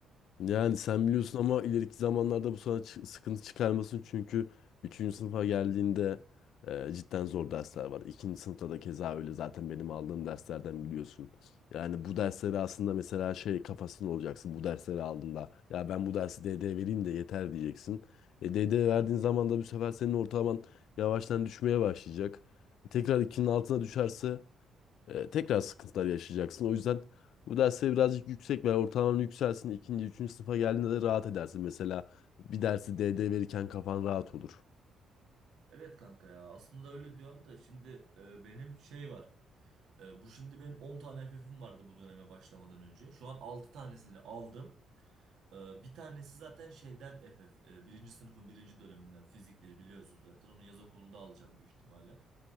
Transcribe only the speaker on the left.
Yani sen biliyorsun ama ileriki zamanlarda bu sana çı- sıkıntı çıkarmasın çünkü üçüncü sınıfa geldiğinde e, cidden zor dersler var. 2. sınıfta da keza öyle zaten benim aldığım derslerden biliyorsun. Yani bu dersleri aslında mesela şey kafasında olacaksın bu dersleri aldığında ya ben bu dersi DD vereyim de yeter diyeceksin. E, DD verdiğin zaman da bu sefer senin ortalaman yavaştan düşmeye başlayacak. Tekrar 2'nin altına düşerse e, tekrar sıkıntılar yaşayacaksın. O yüzden bu dersleri birazcık yüksek ver. Ortalaman yükselsin. İkinci, üçüncü sınıfa geldiğinde de rahat edersin. Mesela bir dersi DD verirken kafan rahat olur.